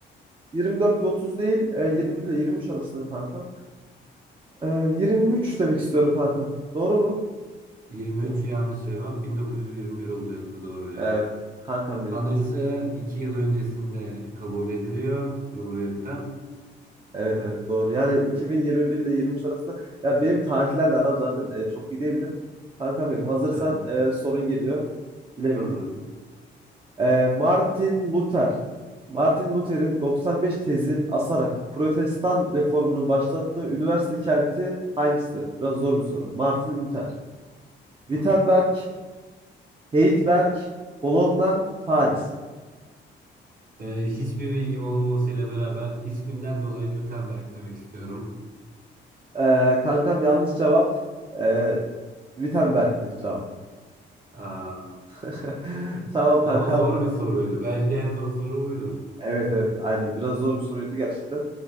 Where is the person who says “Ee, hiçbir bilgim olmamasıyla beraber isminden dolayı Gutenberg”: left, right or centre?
Right